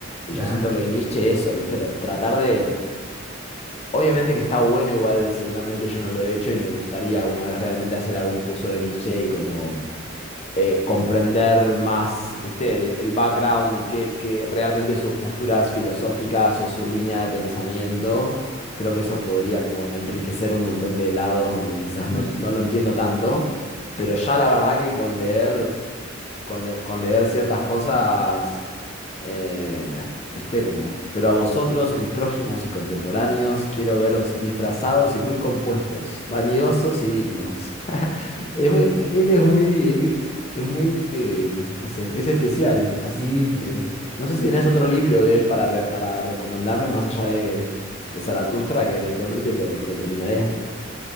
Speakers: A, on the left; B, on the right.
A: Y
B: claro,
A: yo siento que Nietzsche eso, ¿viste? Tra- Tratar de... Obviamente que está bueno, igual seguramente yo no lo he hecho y me gustaría alguna vez realmente hacer algún curso de Nietzsche y como eh, comprender más, ¿viste? El, el background y qué, qué realmente sus posturas filosóficas o su línea de pensamiento. Creo que eso podría como enriquecer un montón de lados donde quizás
B: sí,
A: no,
B: sí,
A: no lo entiendo tanto, pero ya la verdad que con leer con, le- con leer ciertas cosas, eh, viste, como, pero a vosotros, mis prójimos y contemporáneos, quiero veros disfrazados y muy compuestos, vanidosos y dignos. <laughs> Es
B: sí,
A: muy- él es muy, es muy, eh, no sé, es especial, así
B: sí,
A: que
B: pues
A: eh,
B: sí.
A: no sé si tenés otro libro de él para, re- para recomendarme más allá de, de Zaratustra, que eventualmente lo, lo terminaré.